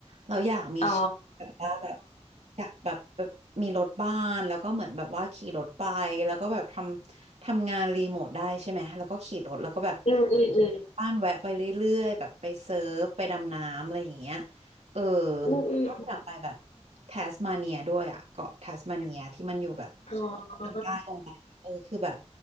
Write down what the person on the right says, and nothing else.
เราอยากมี
แบบว่าแบบอยากแบบแบบมีรถบ้านแล้วก็เหมือนแบบว่าขี่รถไปแล้วก็แบบทำทำงานรีโมทได้ใช่ไหมแล้วก็ขี่รถแล้วก็แบบ
บ้านแวะไปเรื่อยๆแบบไปเซิร์ฟไปดำน้ำอะไรอย่างเงี้ยเออ
แล้วก็อยากไปแบบแทสมาเนียด้วยอ่ะเกาะแทสมาเนียที่มันอยู่แบบ
ทางใต้ลงไปเออคือแบบ